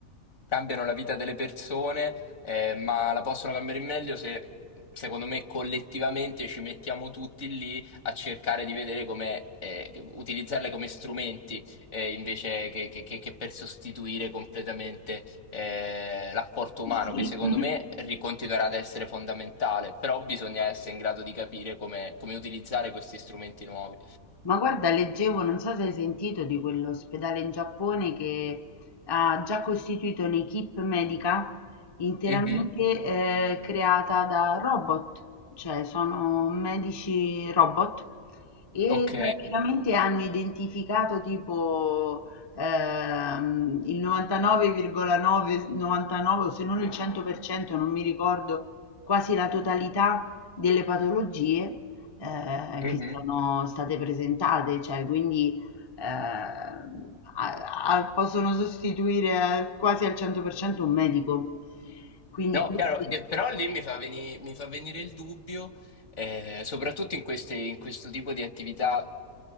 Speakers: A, on the left (about 60°); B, on the left (about 35°).
A: cambiano la vita delle persone, eh, ma la possono cambiare in meglio se, secondo me, collettivamente ci mettiamo tutti lì a cercare di vedere come eh, utilizzarle come strumenti eh, invece che, che- che- che per sostituire completamente eh, l'apporto umano,
B: Sì.
A: che secondo
B: Mh-mh.
A: me ri- continuerà ad essere fondamentale, però bisogna essere in grado di capire come, come utilizzare questi strumenti nuovi.
B: Ma guarda leggevo, non so se hai sentito di quell'ospedale in Giappone che ha già costituito un'équipe medica interamente,
A: Mhm,
B: ehm, creata da robot, cioè sono medici robot e
A: Ok.
B: praticamente hanno identificato tipo, ehm, il 99,9 s 99 o se non il 100%, non mi ricordo, quasi la totalità delle patologie ehm,
A: Mhm.
B: che sono state presentate, cioè quindi, ehm, a a possono sostituire al quasi al 100% un medico. Quindi
A: No,
B: questi
A: chiaro, de- però lì mi fa veni- mi fa venire il dubbio, eh, soprattutto in queste- in questo tipo di attività